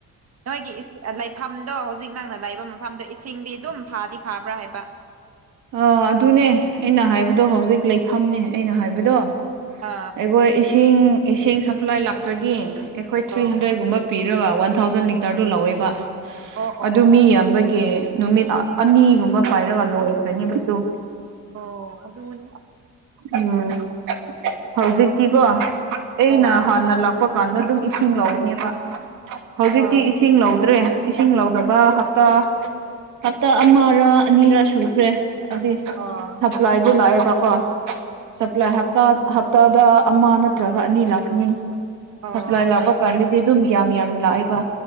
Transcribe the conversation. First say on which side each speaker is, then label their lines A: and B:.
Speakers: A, on the right; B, on the right.
A: ꯅꯣꯏꯒꯤ ꯂꯩꯐꯝꯗꯣ ꯍꯧꯖꯤꯛ ꯅꯪꯅ ꯂꯩꯕ ꯃꯐꯝꯗꯣ ꯏꯁꯤꯡꯗꯤ ꯑꯗꯨꯝ ꯐꯥꯗꯤ ꯐꯥꯕ꯭ꯔꯥ ꯍꯥꯏꯕ
B: ꯑꯥ ꯑꯗꯨꯅꯦ ꯑꯩꯅ ꯍꯥꯏꯕꯗꯣ ꯍꯧꯖꯤꯛ ꯂꯩꯐꯝꯅꯦ ꯑꯩꯅ ꯍꯥꯏꯕꯗꯣ
A: ꯑꯥ
B: ꯑꯩꯈꯣꯏ ꯏꯁꯤꯡ ꯏꯁꯤꯡ ꯁꯄ꯭ꯂꯥꯏ ꯂꯥꯛꯇ꯭ꯔꯗꯤ ꯑꯩꯈꯣꯏ ꯊ꯭ꯔꯤ
A: ꯑꯣ
B: ꯍꯟꯗ꯭ꯔꯦꯗꯀꯨꯝꯕ ꯄꯤꯔꯒ ꯋꯥꯟ ꯊꯥꯎꯖꯟ ꯂꯤꯇꯔꯗꯨꯣ ꯂꯧꯋꯦꯕ
A: ꯑꯣ ꯑꯣ
B: ꯑꯗꯨ
A: ꯑꯣ
B: ꯃꯤ
A: ꯑꯣ
B: ꯑꯃꯕꯒꯤ ꯅꯨꯃꯤꯠ ꯑꯅꯤꯒꯨꯝꯕ ꯄꯥꯏꯔꯒ ꯂꯣꯏꯈ꯭ꯔꯅꯤꯕꯁꯨ
A: ꯑꯣ ꯑꯗꯨꯂ
B: ꯎꯝ ꯍꯧꯖꯤꯛꯤꯀꯣ ꯑꯩꯅ
A: ꯑꯥ
B: ꯍꯥꯟꯅ ꯂꯥꯛ ꯆꯄ ꯀꯥꯟꯗ ꯑꯗꯨꯝ ꯏꯁꯤꯡ ꯂꯧꯅꯦꯕ ꯍꯧꯖꯤꯛꯇꯤ
A: ꯑꯥ
B: ꯏꯁꯤꯡ ꯂꯧꯗ꯭ꯔꯦ ꯏꯁꯤꯡ ꯂꯧꯗꯕ ꯍꯞꯇꯥ ꯍꯞꯇꯥ ꯑꯃꯔ ꯑꯅꯤꯔ ꯁꯨꯈ꯭ꯔꯦ ꯑꯗꯨꯗꯤ
A: ꯑꯣ
B: ꯁ꯭ꯂꯥꯏꯗꯨ ꯂꯑꯕ ꯀꯣꯟ ꯁꯄ꯭ꯂꯥꯏ ꯍꯥ ꯍꯇꯥ ꯍꯞꯇꯥꯗ ꯑꯃ ꯅꯠꯇ꯭ꯔꯒ ꯑꯅꯤ ꯂꯥꯛꯀꯅꯤ
A: ꯑꯣ
B: ꯍꯞ ꯂꯥꯄ ꯀꯥꯟꯗꯗꯤ ꯑꯗꯨꯝ ꯌꯥꯝ ꯌꯥꯝ ꯂꯥꯛꯑꯦꯕ